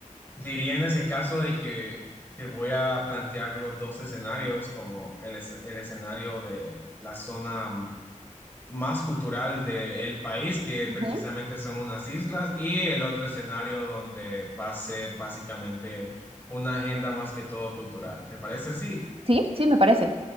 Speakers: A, on the left; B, on the right.
A: diría en ese caso de que te voy a plantear los dos escenarios, como el, es- el escenario de la zona más cultural del país, que
B: Ujú.
A: precisamente son unas islas, y el otro escenario donde va a ser básicamente una agenda más que todo cultural. ¿Te parece así?
B: Sí, sí, me parece.